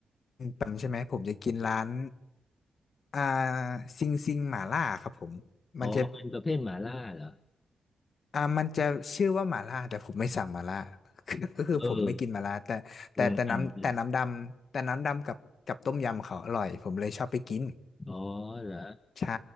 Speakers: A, on the left; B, on the left.
A: กปะจำใช่ไหมผมจะกินร้านอ่าซิงซิงหม่าล่าครับผมมันจะ
B: อ๋อเป็นประเภทหม่าล่าเหรอ
A: อ่ามันจะชื่อว่าหม่าล่าแต่ผมไม่สั่งหม่าล่า <laughs> คือก็คือผมไม่กินหม่าล่าแต่แต่แต่น้ำแต่น้ำดำแต่น้ำดำกับกับต้มยำเขาอร่อยผมเลยชอบไปกิน
B: เออโรงอันเป็นอ๋อเหรอ
A: ใช่